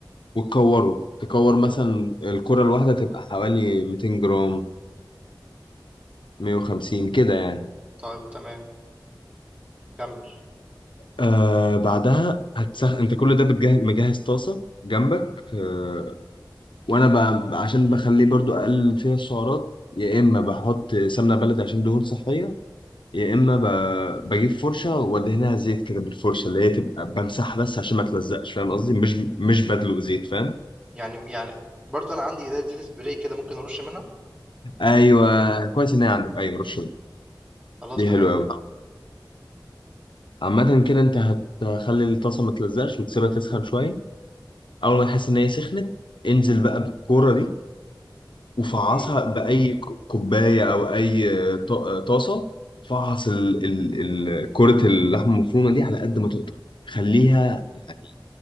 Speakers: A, on the left; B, on the right.
A: وتكوره تكور مثلا الكرة الواحدة تبقى حوالي 200 جرام 150 كده يعني
B: طيب تمام، كمل،
A: آه بعدها هتسخن انت كل ده بتجهز مجهز طاسة جنبك آه وانا ب... ب- عشان بخليه برضو اقلل فيها السعرات يا اما بحط سمنه بلدي عشان دهون صحيه يا اما ب... بجيب فرشه وادهنها زيت كده بالفرشه اللي هي تبقى بمسحها بس عشان ما تلزقش فاهم قصدي مش مش بدلق زيت فاهم
B: يعني يعني برضه أنا عندي زي زيت spray كده ممكن أرش منها؟
A: ايوه كويس ان هي عندك ايوه رشه
B: خلاص
A: دي
B: تمام،
A: حلوه قوي عامة كده انت هتخلي الطاسة ما تلزقش وتسيبها تسخن شوية أول ما تحس إن هي سخنت انزل بقى بالكورة دي وفعصها
B: إمم،
A: بأي ك- كوباية أو أي ط- طاسة فعص ال- ال- ال- كرة اللحمة المفرومة دي على قد ما تقدر خليها يعني